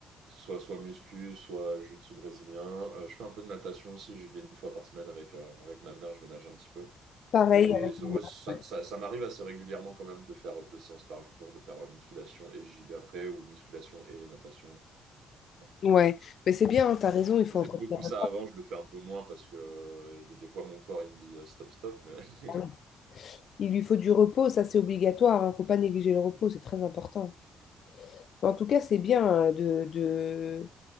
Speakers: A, on the right; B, on the left.
A: que ce soit soit muscu, soit jiu-jitsu brésilien. Euh, je fais un peu de natation aussi, j'y vais une fois par semaine avec, euh, avec ma mère, je vais nager un petit peu.
B: pareil
A: Et
B: avec
A: so-
B: mon
A: ouais,
B: mari.
A: ça, ça, ça m'arrive assez régulièrement quand même de faire euh, deux séances par jour, de faire euh, musculation et JB après, ou musculation et natation. Ouais.
B: Ouais, mais c'est bien, hein, tu as raison, il faut
A: Je faisais
B: entretenir
A: beaucoup ça
B: le
A: avant, je le fais un peu moins parce que euh, il y a des fois mon corps il me dit euh, stop, stop. Mais... <laughs>
B: travail. Il lui faut du repos, ça c'est obligatoire, il faut pas négliger le repos, c'est très important. Mais en tout cas, c'est bien euh, de, de,